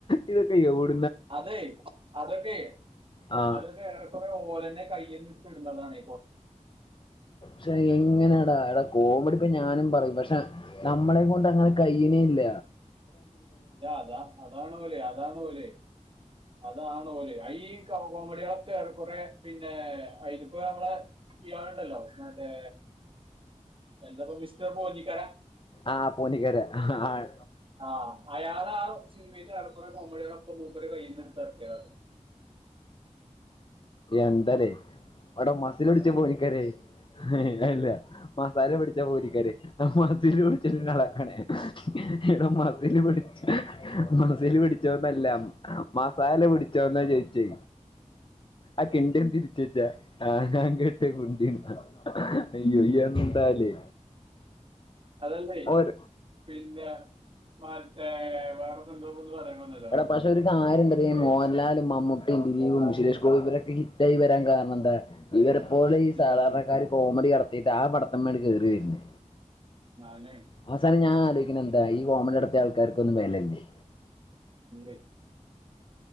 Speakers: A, on the left (about 40°); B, on the right (about 45°).
A: ഇതെക്കെ യൌട്
B: അതെ അതൊക്കെ
A: ആ
B: അതൊക്കെ ഏറെ കുറേ ഓലന്നെ കയ്യിന്ന് ട്ന്നതാണെ
A: ശെയ് എങ്ങനെടാ എട കോമഡിപ്പൊ ഞാനും പറയും പക്ഷേ നമ്മളെക്കൊണ്ട് അങ്ങനെ കയ്യ്ണില്ല
B: ടാ അതാ അതാണ് ഓല് അതാണ് ഓല് അതാണ് ഓല് അ <unintelligible> കോമഡികളൊക്കെ ഏറെക്കുറെ പിന്നെ അയിലിപ്പോ നമ്മളെ ഇയാൾ ഇണ്ടല്ലോ മറ്റെ എന്താപ്പാ മിസ്റ്റർ പോഞ്ഞിക്കര
A: ആഹ് പോഞ്ഞിക്കര ആഹ്
B: ആ അയാൾ ആഹ് പിന്നെ ഏറെ കുറെ കോമഡി കള് ഇപ്പൊ മൂപ്പരെ കയ്യ്ന്ന് ഇട്ത്തെർക്കിയത
A: എന്തല്ലേ അവിടം മസിൽ പിടിച്ച
B: ഉം.
A: പോഞ്ഞിക്കര ആയി ഇല്ല മസാല പിടിച്ച പോഞ്ഞിക്കര മസിൽ പിടിച്ചിട്ട് ഇളക്കണേ എടോ മസിൽ പിടിച് മസിൽ പിടിച്ചത് ഒന്നും അല്ല മസാല പിടി റ്റോന്ന ചോദിച്ചേ ആഹ് കിന്ഡർ തിരിച്ചു വെച്ചാ ആഹ് ഹ <unintelligible> അയ്യൊ എന്താല്ലേ
B: അതല്ലേ
A: ഒര
B: പിന്നെ മറ്റേ വേറെ എന്തോ ഒന്ന് പറയാൻ വന്നല്ലോ
A: എട പക്ഷെ ഒര് കാര്യണ്ട് ഇ
B: ഐ,
A: മൊഹലാല് മമ്മു ദിലീപും അഞ്ജുലേശം ഇപ്പൊ ഇവരൊക്കെ ഹിറ്റായി വരാൻ കാരണം എന്താ എല്ലരും പോലെ ഈ സാധരേണകാര്
B: ഇവലാണ്
A: കോമഡി ഇറക്ക് ഇതാ ആ പടത്തിന്മേൽ കേറി വര്ണ്
B: ഞാനേ
A: അവസാനം ഞാൻ ആലോയി ക്കിന് എന്തായി ഈ കോമഡി നടത്തിയ ആൾക്കാർക്ക് ഒന്നും വേല ഇല്ലേ
B: ഇല്ലേ